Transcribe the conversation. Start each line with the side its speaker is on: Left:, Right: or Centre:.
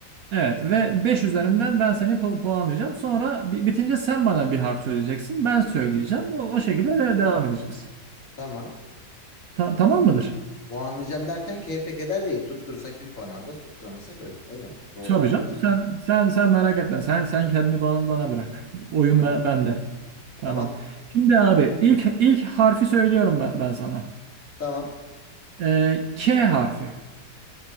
Right: Evet ve
Left: İsim,
Right: beş üzerinden
Left: şehir.
Right: ben seni pu- puanlayacağım. Sonra bi- bitince sen bana bir harf söyleyeceksin. Ben söyleyeceğim. O, o şekilde
Left: Hı hı.
Right: de devam edeceğiz.
Left: Tamam.
Right: Ta- tamam
Left: Ha,
Right: mıdır?
Left: puanlayacağım derken keyfe keder değil. Tutturursak bir puan alacağız. Tutturamasak öyle. Öyle mi? Doğru,
Right: Tabii
Left: yanlış.
Right: canım. Sen
Left: Hı.
Right: sen sen merak etme. Sen sen kendini bana bana bırak. Oyun
Left: Tamam.
Right: ben, bende. Tamam.
Left: Tamam.
Right: Şimdi abi ilk ilk harfi söylüyorum ben, ben sana.
Left: Tamam.
Right: Ee, K harfi.